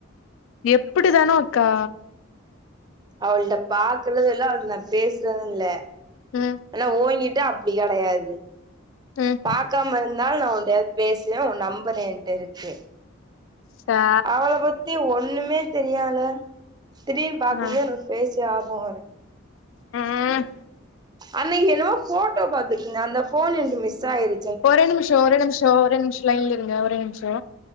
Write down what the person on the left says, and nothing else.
எப்டி தானோ அக்கா
ம்
ம்
சா
ஆ
ம்
ஒரே நிமிஷோ ஒரே நிமிஷோ ஒரே நிமிஷோ லைன்ல இருங்க ஒரே நிமிஷோ